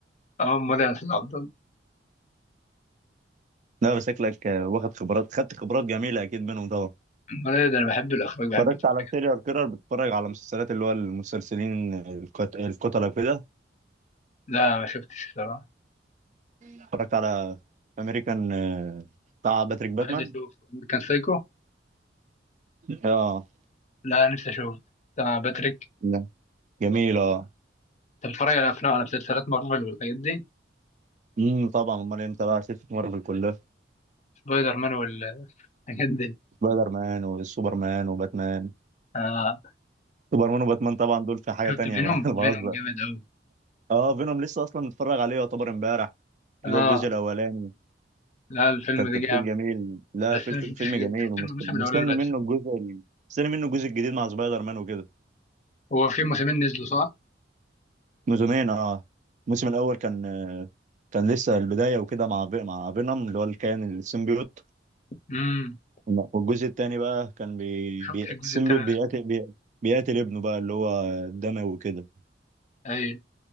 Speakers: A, on the left; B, on the right.
A: اه امال يا استاذ عبد الله
B: لا بس شكلك واخد خبرات خدت خبرات جميلة اكيد منهم طبعا
A: امال ايه ده انا بحب الاخراج بحب
B: اتفرجت
A: أشوف.
B: على سيريال كيرر بتتفرج على مسلسلات اللي هو المسلسلين القت- القتلة وكده
A: لا ما شفتش الصراحه
B: اتفرجت على امريكان آه، بتاع باتريك باتمان
A: عايز اشوف امريكان سايكو
B: اه
A: لا نفسي اشوف بتاع باتريك
B: لا، جميل اه
A: انت بتتفرج على افلام على مسلسلات مارفل والحاجات دي
B: امم طبعا امال إيه، متابع ست مرة في الكلية
A: سبايدر مان والحاجات دي
B: سبايدر مان وسوبر مان وباتمان
A: آه
B: سوبر مان وباتمان طبعا دول في حاجه
A: شفت
B: تانية
A: فينوم
B: ما <laughs> أنا بهزر
A: فينوم جامد قوي
B: اه فينوم لسه اصلا متفرج عليه يعتبر امبارح اللي
A: اه
B: هو الجزء الاولاني
A: لا الفيلم
B: كان
A: ده
B: تمثيل
A: جامد
B: جميل لا
A: بس
B: فيل-
A: انا شفتش
B: فيلم جميل
A: شفت
B: ومستني
A: الموسم الاولاني
B: منه
A: بس
B: الجزء ال- مستني منه الجزء الجديد مع سبايدر مان وكده
A: هو في موسمين نزلوا صح؟
B: موسمين اه الموسم الاول كان كان لسه البدايه وكده مع في... مع فينوم اللي هو الكائن السيمبيوت
A: امم
B: والجزء التاني بقى كان بي...
A: ما شفتش
B: بي...
A: الجزء
B: السيمبيوت
A: الثاني ده
B: بيقاتل بي... بيقاتل ابنه بقى اللي هو الدموي وكده
A: ايوه